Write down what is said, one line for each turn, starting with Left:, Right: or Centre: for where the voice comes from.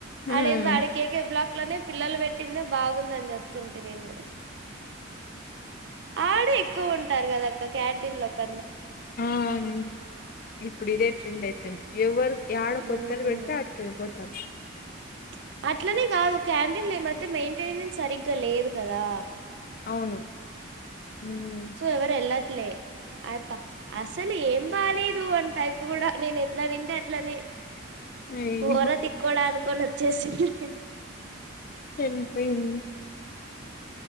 Left: హ్మ్
Right: అడేందడే కేకే బ్లాక్ అట్లనే పిల్లలు పెట్టింది బాగుందని చెప్తుంటి నేను ఆడే ఎక్కువున్ ంటారు కదా అక్క క్యాంటీన్లో క
Left: హాన్ మ్ ఇప్పుడు ఇదే ట్రెండ్ అయిపోయింది ఎవ్వరు యాడ
Right: మ్మ్
Left: కొత్తది వెడితే ఆటికెళ్లిపో వర్ష్
Right: ప్చ్ అట్లనే కాదు క్యాంటీన్లు ఈ మధ్య మెయింటెనెన్స్ సరిగ్గా లేదు కదా
Left: అవును హ్మ్
Right: సో ఎవరు వెల్లర్ ట్లే అయప్ప అసలు ఏం బాలేదు అంటే ఆయిపు కూడా నేను ఎట్లా తింటే అట్లానే.
Left: అయ్యో
Right: పోర తిక్కోడాను కొని వచ్చేసింది
Left: ఎంతంయింద్